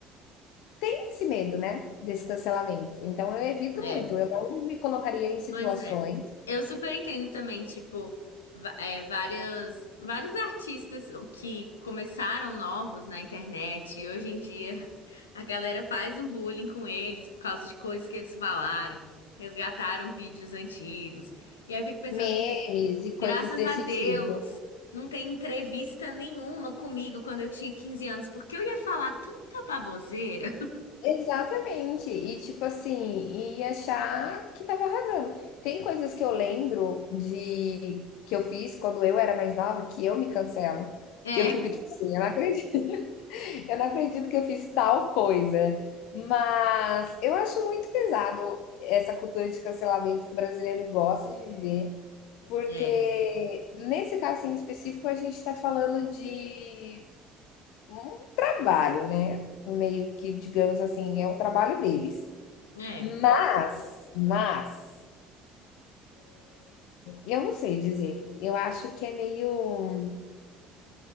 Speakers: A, on the left; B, on the left.
A: tem esse medo, né, desse cancelamento. Então eu evito
B: <laughs> uhum. É.
A: muito, eu não me colocaria em situações,
B: Pois é. Eu super entendo também, tipo, va- é, várias, vários artistas o que começaram novos na internet e hoje em dia a galera faz um bullying com eles por causa de coisas que eles falaram, resgataram vídeos antigos. E aí eu fico pensando,
A: memes
B: assim,
A: e coisas
B: graças
A: desse
B: a Deus,
A: tipo.
B: não tem entrevista nenhuma comigo quando eu tinha 15 anos, porque eu ia falar tanta baboseira.
A: Exatamente. E tipo assim, e achar que tava arrasando. Tem coisas que eu lembro de que eu fiz quando eu era mais nova que eu me cancelo.
B: <laughs> É,
A: Que eu fico tipo assim, eu não acredito, <laughs> eu não acredito que eu fiz tal coisa. Mas eu acho muito pesado essa cultura de cancelamento que o brasileiro gosta de viver, porque
B: é,
A: nesse caso em específico a gente está falando de um trabalho, né? Meio que, digamos assim, é o trabalho deles.
B: é.
A: Mas, mas, eu não sei dizer. Eu acho que é meio.